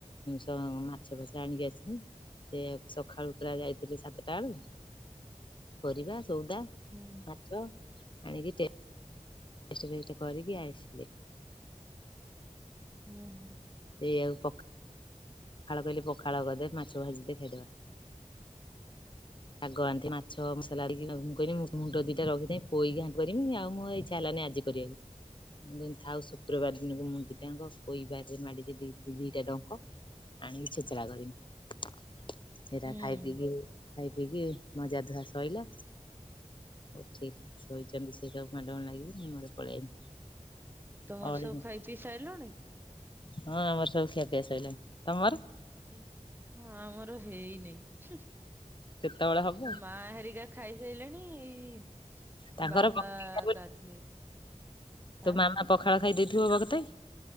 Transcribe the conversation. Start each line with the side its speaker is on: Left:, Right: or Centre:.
Left: ସ ମାଛ ଫାଛ ଆଣିକି ଆସିି ସେଆକୁ ସକାଳୁ ପା ଯାଇଥିଲି ସାତଟା ବେଳକୁ। ପରିବା ସଉଦା
Right: ହୁଁ
Left: ମାଛ ଆଣିକି ଟେଷ୍ଟ ଫେଷ୍ଟ କରିକି ଆସିଲି।
Right: ହୁଁ ହୁଁ।
Left: ସେଇଆକୁ ପ ପଖାଳ କହିଲେ ପଖାଳ କରିଦେ ମାଛ ଭାଜି ଦେ ଖାଇଦେବା। ଶାଗ ଆଣିଥି ମାଛ ମସଲା ମୁଁ କହିଲି ମୁଣ୍ଡ ଦିଟା ରଖିଦେବି ପୋଇଘାଣ୍ଟ କରିବି ଆଉ ମ ଇଚ୍ଛା ହେଲାନି ଆଜି କରିଆକୁ। ମୁଁ କହିଲି ଥାଉ ଶୁକ୍ରବାର ଦିନକୁ ମୁଁ ଦିଟାଙ୍କ ପୋଇବାରି ରେ ମାଡିଛି ଦିଟା ଡଙ୍କ ଆଣିକି ଛିଞ୍ଚିଡା କରିମି ସେରା
Right: ହୁଁ
Left: ଖାଇ ପିକି ଖାଇ ପିକି ମଜା ଧୁଆ ଶଇଲା ଉଠିକି ଶୋଇଛି ସେ ସବୁ୍ ମାଡ଼ ଗୁଳ ଲାଗିକି ମୁଁ ମୋର ପଳେଇଆଇନି।
Right: ତମର
Left: ଅଳିନି
Right: ସବୁ ଖାଇ ପିଇ ସାଇଲଣି?
Left: ହଁ ଆମର ସବୁ ଖିଆ ପିଆ ସଇଲାଣି। ତମର?
Right: ହଁ ଆମର ହେଇନାହିଁ।
Left: କେତେବେଳେ ହବ
Right: ମା ହେରିକା ଖାଇସାଇଲେଣି ଏଇ
Left: ତାଙ୍କର
Right: ବାବା
Left: ପଖାଳ ଖାଇବେ।
Right: ଗାଧେଇ
Left: ତୋ
Right: ହଁ।
Left: ମାମା ପଖାଳ ଖାଇ ଦେଇଥିବ ବକତେ।